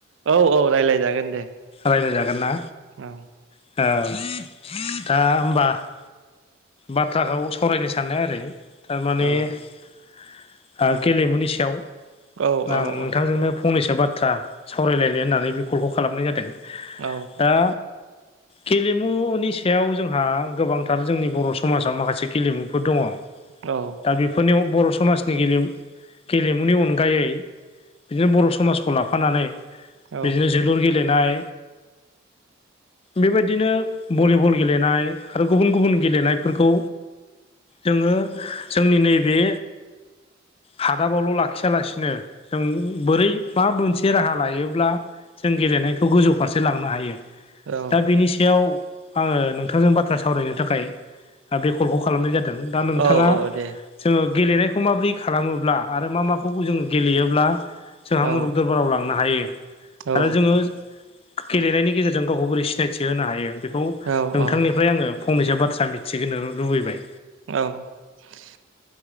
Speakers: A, on the right; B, on the left.
A: औ औ रायलायजागोन दे।
B: रायज्लायजागोन ना?
A: ओं
B: औ दा होमबा बाथ्राखौ सावरायनो साननाया ओरै थारमाने
A: औ
B: ओ गेलेमुनि सायाव
A: औ
B: आं
A: औ
B: नोंथांजोंनो फंनैसो बाथ्रा सावरायलायनो होननानै बे कलखौ खालामनाय जादों।
A: औ
B: दा गेलेमुनि सायाव जोंहा गोबांथार जोंनि बर' समाजाव माखासे गेलेमुफोर दङ‌।
A: औ
B: दा बेफोरनि बर' समाजनि गेलेमु गेलेमुनि अनगायै बिदिनो बर' समाजखौ लाफानानै
A: औ
B: बिदिनो जों जोलुर गेलेनाय बेबायदिनो भलिबल गेलेनाय आरो गुबुन गुबुन गेलेनायफोरखौ जोङो जोंनि नैबे हादाबावल' लाखियालासिनो जों बोरै मा मोनसे राहा लायोब्ला जों गेलेनायखौ गोजौ फारसे लांनो हायो
A: औ
B: दा बेनि सायाव आङो नोंथांजों बाथ्रा सावरायनो थाखाय बे कलखौ खालामनाय जादों। दा नोंथाङा
A: औ औ दे
B: जोङो गेलेनायखौ माबोरै खालामोब्ला आरो मा माखौ जोङो गेलेयोब्ला जोंहा
A: औ
B: मुलुग दरबाराव लांनो हायो
A: औ
B: आरो जोङो गेलेनायनि गेजेरजों गावखौ बोरै सिनायथि होनो हायो बेखौ
A: औ
B: नोंथांनिफ्राय
A: औ
B: आङो फंनैसो बाथ्रा मि थिहोनो लुबैबाय।
A: औ